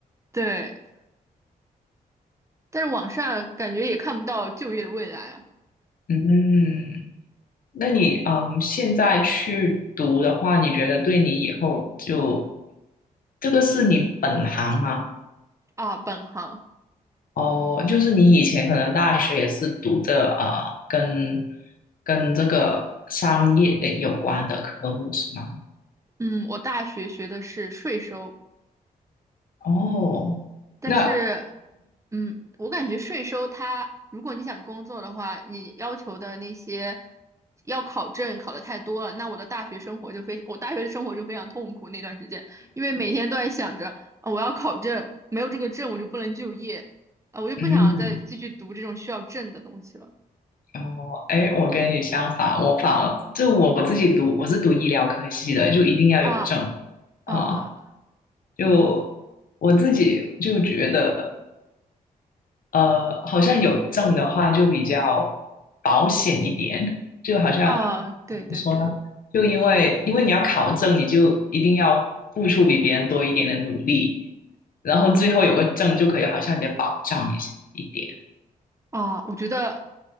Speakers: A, on the right; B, on the left.
A: 对，但是网上感觉也看不到就业的未来啊
B: 嗯嗯那你嗯，现在去读的话，你觉得对你以后就这个是你本行吗？
A: 啊，本行。
B: 哦，就是你以前可能大学也是读的啊呃跟跟这个商业有关的科目是吗？
A: 嗯，我大学学的是税收，
B: 哦，
A: 但是，
B: 那
A: 嗯，我感觉税收它，如果你想工作的话，你要求的那些要考证考的太多了，那我的大学生活就非，我大学的生活就非常痛苦那段时间，因为每天都在想着，啊，我要考证，没有这个证我就不能就业，啊，我就不想再继续读这种需要证的东西了，
B: 嗯，哦，哎，我跟你相反，我反而就我自己读，我是读医疗科系的，就一定要有证
A: 啊
B: 啊、
A: 啊
B: 呃就我自己就觉得。呃，好像有证的话就比较保险一点，就好像怎么说呢？
A: 啊，对对对，
B: 就因为因为你要考证，你就一定要付出比别人多一点的努力，然后最后有个证就可以好像有点保障一些一点。
A: 啊，我觉得